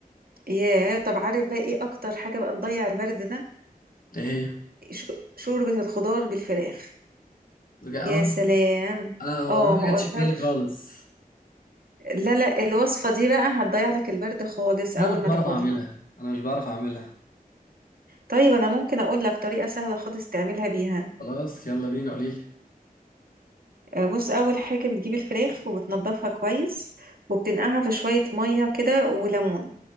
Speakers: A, on the right; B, on the left.
A: ياه طب عارف بقى ايه اكتر حاجة بقى تضيع البرد ده
B: إيه هي؟
A: ش- شوربة الخضار بالفراخ
B: بجا-
A: يا
B: اه
A: سلام
B: أنا والله
A: اه ما
B: ما جاتش
A: اقولكش
B: في بالي خالص
A: لا لا الوصفة دي بقى هتضيع لك البرد خالص اول
B: أنا مش بعرف
A: ما تاكلها
B: أعملها أنا مش بعرف أعملها
A: طيب انا ممكن اقول لك طريقة سهلة خالص تعملها بيها
B: خلاص يلا بينا قوليلي
A: آه، بص اول حاجة بتجيب الفراخ وبتنضفها كويس وبتنقعها في شوية مية كده وليمون